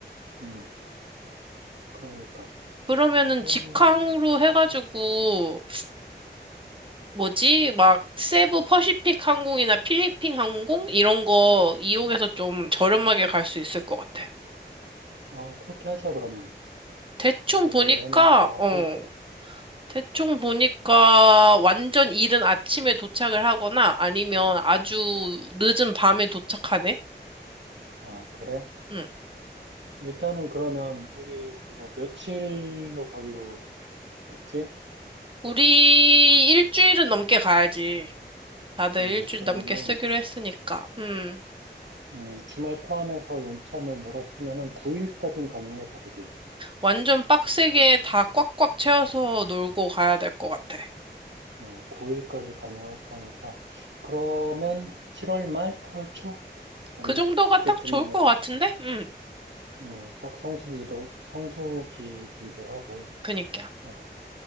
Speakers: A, on the right (about 85°); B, on the right (about 30°).
A: 음. 그러니까
B: 그러면은
A: 그러면
B: 직항으로 해가지고, 뭐지? 막, 세부 퍼시픽 항공이나 필리핀 항공? 이런 거 이용해서 좀 저렴하게 갈 수 있을 것 같아.
A: 아 그렇게 하자 그러면
B: 대충
A: 그걸로
B: 보니까,
A: 하는 걸로 하고
B: 어, 대충 보니까 완전 이른 아침에 도착을 하거나 아니면 아주 늦은 밤에 도착하네?
A: 아 그래?
B: 응.
A: 일단은 그러면 우리 그거 며칠로 가기로 했지?
B: 우리 일주일은 넘게 가야지. 다들
A: 음
B: 일주일
A: 그러면
B: 넘게 쓰기로 했으니까. 음.
A: 음, 주말 포함해서 연차 뭐 몰았으면 한 9일까지는 가능하겠다, 그지?
B: 완전 빡세게 다 꽉꽉 채워서 놀고 가야 될 것 같아.
A: 음, 9일까지 가능할 거니까. 그러면 7월 말, 8월 초? 언-
B: 그 정도가
A: 그때쯤이면,
B: 딱 좋을 것 같은데? 음.
A: 음, 딱 성수기도, 성수기기도 하고,
B: 그니까.
A: 어,